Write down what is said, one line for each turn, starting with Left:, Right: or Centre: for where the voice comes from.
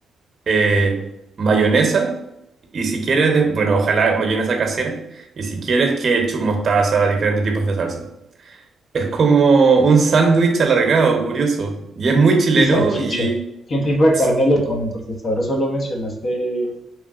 Right: eh, mayonesa y si quieres, de- bueno, ojalá mayonesa casera y si quieres ketchup, mostaza, diferentes tipos de salsa. Es como un sándwich alargado, curioso. Y es muy chileno
Left: Y salchicha.
Right: y...
Left: ¿Qué tipo de
Right: s-
Left: carne le ponen? Porque hasta ahora solo mencionaste